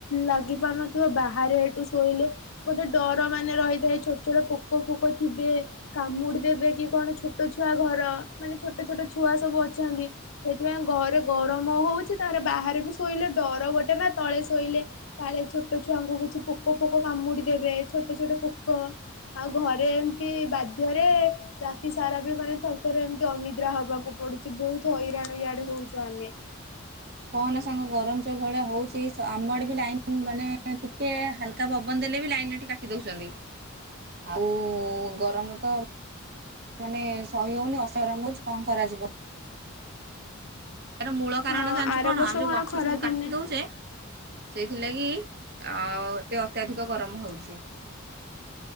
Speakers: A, on the left; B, on the right.
A: ଲାଗି ପାରୁନଥିବ ବାହାରେ। ଶୋଇଲେ ଗୋଟେ ଡର ମାନେ ରହିଥାଏ ଛୋଟ ଛୋଟ ପୋକ ଫୋକ ଥିବେ କାମୁଡି ଦେବେ କି କଣ ଛୋଟ ଛୁଆ ଘର ମାନେ ଛୋଟ ଛୋଟ ଛୁଆ ସବୁ ଅଛନ୍ତି ସେଥିପାଇଁ ଘରେ ଗରମ ହଉଛି ତାପରେ ବାହାରେ ବି ଶୋଇଲେ ଡର ଗୋଟେ ବା ତଳେ ଶୋଇଲେ କାଳେ ଛୋଟ ଛୁଆଙ୍କୁ କିଛି। ପୋକ ଫୋକ କାମୁଡିଦେବେ ଛୋଟ ଛୋଟ ପୋକ ଆଉ ଘରେ। ବାଧ୍ୟରେ ରାତି। ସାରା ବି ମାନେ ଥରେ ଥରେ ଏମିତି ଅନିଦ୍ରା ହବାକୁ ପଡୁଛି ବହୁତ ହଇରାଣ ଇଆଡେ ହଉଛୁ ଆମେ।
B: କହନା ସାଙ୍ଗ ଗରମ ସବୁ ଭଳିଆ ହଉଛି ଆମ ଆଡେ ବି ଲାଇନ ମାନେ ଟିକେ ହାଲକା ପବନ ଦେଲେ ବି ଲାଇନ ଟ କାଟି ଦଉଛନ୍ତି ଆଉ ଗରମ ତ। ମାନେ ସହି ହେଉନି ଅସାଧାରଣ ହୋଉଛି କଣ କରାଯିବ। ୟାର ମୂଳ କାରଣ
A: ହଁ
B: ଜାଣିଛୁ
A: ଆର
B: କଣ
A: ବର୍ଷ
B: ଆମେ ଯୋଉ ଗଛ
A: ଖରା
B: ସବୁ କାଟି
A: ଦିନେ
B: ଦଉଛେ। ସେଇଥିଲାଗି ଅତି ଅତ୍ୟାଧିକ ଗରମ ହେଉଛି।